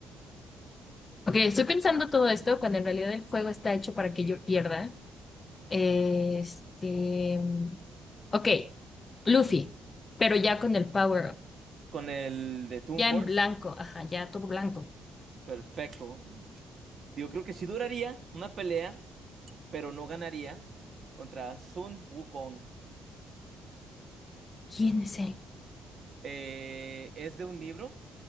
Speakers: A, on the left (about 30°); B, on the right (about 50°).
A: ok, estoy pensando todo esto cuando en realidad el juego está hecho para que yo pierda. Este, ok, Luffy, pero ya con el power up,
B: Con el de Toon
A: ya
B: Force,
A: en blanco, ajá, ya todo blanco.
B: perfecto. Yo creo que sí duraría una pelea, pero no ganaría contra Sun Wukong.
A: ¿Quién es él?
B: Eh, es de un libro